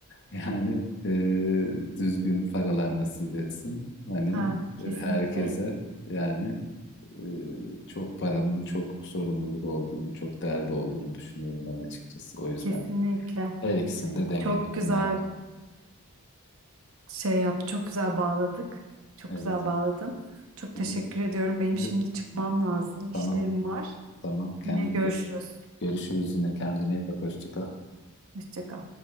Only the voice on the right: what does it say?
Ah, kesinlikle.
Kesinlikle.
Çok
güzel şey yap, Çok güzel bağladık. Çok
güzel bağladın. Çok
teşekkür
ediyorum. Benim şimdi
çıkmam lazım. İşlerim
var.
Yine görüşürüz.
Hoşça kal.